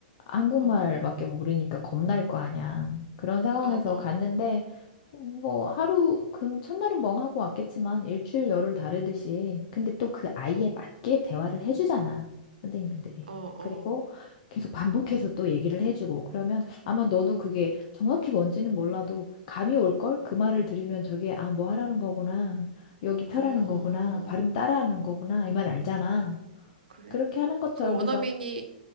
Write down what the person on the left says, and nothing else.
한국말밖에
모르니까 겁날 거 아니야. 그런 상황에서
갔는데 뭐 하루 근 첫날은 멍하고 왔겠지만 일주일 열흘 다르듯이 근데 또 그 아이에
맞게 대화를 해주잖아. 선생님들이.
그리고 계속 반복해서 또 얘기를 해주고 그러면 아마 너도 그게 정확히 뭔지는 몰라도 감이 올걸? 그 말을 들으면 저게 아, 뭐 하라는 거구나. 여기 펴라는
거구나. 발음 따라하는 거구나. 이 말 알잖아.
그렇게
하는 것처럼
그래서